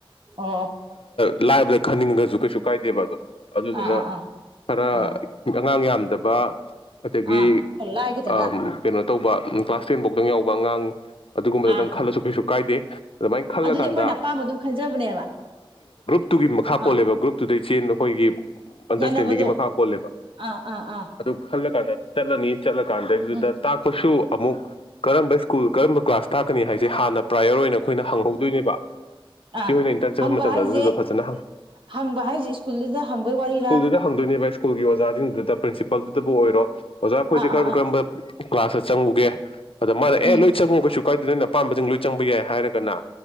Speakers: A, on the right; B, on the left.
A: ꯑꯣ꯫
B: ꯂꯥꯏꯕꯗ ꯈꯟꯅꯤꯡꯉꯒꯁꯨ ꯀꯩꯁꯨ ꯀꯥꯏꯗꯦꯕ ꯑꯗꯨꯝ꯫ ꯑꯗꯨꯗꯨꯅ
A: ꯑꯥ ꯑꯥ ꯑꯥ
B: ꯈꯔ
A: ꯑꯥ
B: ꯑꯉꯥꯡ ꯌꯥꯝꯗꯕ ꯑꯗꯒꯤ
A: ꯑꯥ ꯈꯔ ꯂꯥꯏꯒꯗꯕ
B: ꯑ ꯀꯩꯅꯣ ꯇꯧꯕ ꯀ꯭ꯂꯥꯁ ꯇꯦꯟꯐꯧꯗꯪ ꯌꯥꯎꯕ ꯑꯉꯥꯡ ꯑꯗꯨꯒꯨꯝꯗꯇꯪ
A: ꯑꯥ
B: ꯈꯜꯂꯁꯨ ꯀꯩꯁꯨ ꯀꯥꯏꯗꯦ ꯑꯗꯨꯃꯥꯏꯅ ꯈꯜꯂꯀꯥꯟꯗ
A: ꯑꯗꯨꯗꯤ ꯑꯩꯈꯣꯏꯅ ꯑꯄꯥꯝꯕ ꯑꯗꯨꯝ ꯈꯟꯖꯕꯅꯦꯕ
B: ꯇꯨꯒꯤ ꯃꯈꯥ ꯄꯣꯜꯂꯦꯕ
A: ꯑꯥ
B: ꯒ꯭ꯔꯨꯞꯇꯨꯗꯒꯤ ꯆꯦꯟ ꯑꯩꯈꯣꯏꯒꯤ ꯑꯟꯗꯁ
A: ꯌꯥꯅꯕꯗꯣ
B: <unintelligible> ꯃꯈꯥ ꯄꯣꯂꯦꯕ
A: ꯑꯥ ꯑꯥ ꯑꯥ
B: ꯑꯗꯨ ꯈꯜꯂ ꯆꯠꯂꯅꯤ ꯆꯠꯂ ꯀꯥꯟ ꯗꯨꯗ
A: ꯎꯝ
B: ꯇꯥꯛꯄꯁꯨ ꯑꯃꯨꯛ ꯀꯔꯝꯕ ꯁ꯭ꯀꯨꯜ ꯀꯔꯝꯕ ꯀ꯭ꯂꯥꯁ ꯇꯥꯛꯀꯅꯤ ꯍꯥꯏꯁꯦ ꯍꯥꯟꯅ ꯄ꯭ꯔꯥꯏꯌꯣꯔ ꯑꯣꯏꯅ ꯑꯩꯈꯣꯏꯅ ꯍꯪꯍꯧꯗꯣꯏꯅꯦꯕ ꯏꯆꯦ
A: ꯑ
B: ꯍꯣꯏꯅ ꯏꯟꯇꯔꯟ ꯆꯠꯄ
A: ꯍꯪꯕ
B: ꯃꯇꯝꯗ
A: ꯍꯥꯏꯁꯦ
B: ꯑꯗꯨꯗꯣ ꯐꯖꯅ
A: ꯍꯪꯕ ꯍꯥꯏꯁꯦ ꯁ꯭ꯀꯨꯜꯗꯨꯗ ꯍꯪꯕꯩ ꯋꯥꯔꯤꯔ
B: ꯁ꯭ꯀꯨꯜꯗꯨꯗ ꯍꯪꯗꯣꯢꯅꯦꯕ ꯁ꯭ꯀꯜꯒꯤ ꯑꯣꯖꯥꯖꯤꯡꯗꯨꯗ ꯄ꯭ꯔꯤꯟꯄꯜ ꯄꯜꯗꯨꯗꯕꯨ ꯑꯣꯏꯔꯣ ꯑꯣꯖꯥ ꯑꯩꯈꯣꯏꯁꯦ
A: ꯑꯥ
B: ꯀꯔꯝ
A: ꯑꯥ ꯑꯥ
B: ꯀꯔꯝꯕ ꯀ꯭ꯂꯥꯁꯇ ꯆꯪꯉꯨꯒꯦ ꯑꯗ ꯃꯥꯅꯦ ꯑꯦ
A: ꯎꯝ
B: ꯂꯣꯏ ꯆꯪꯉꯨ ꯀꯩꯁꯨ ꯀꯥꯏꯗꯦ ꯅꯪꯅ ꯑꯄꯥꯝꯕꯁꯤꯡ ꯂꯣꯏ ꯆꯪꯕ ꯌꯥꯏ ꯍꯥꯏꯔꯒꯅ